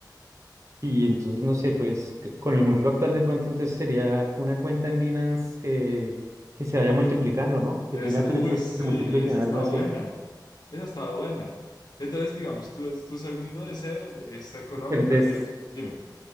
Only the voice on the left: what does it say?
Esa,
uy, sí,
esa
está
buena. Esa estaba buena. Entonces, digamos, tu, tu segundo deseo es económico,
el mío. Dime,